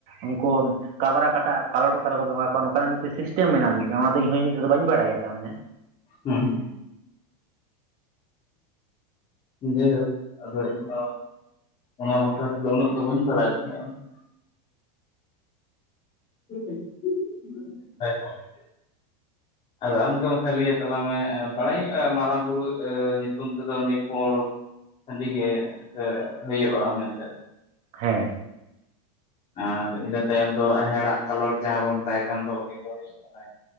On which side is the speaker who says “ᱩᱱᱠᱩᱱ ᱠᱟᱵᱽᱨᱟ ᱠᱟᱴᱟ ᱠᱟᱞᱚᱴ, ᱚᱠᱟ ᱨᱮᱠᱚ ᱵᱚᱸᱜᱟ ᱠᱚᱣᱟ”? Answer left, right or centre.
Right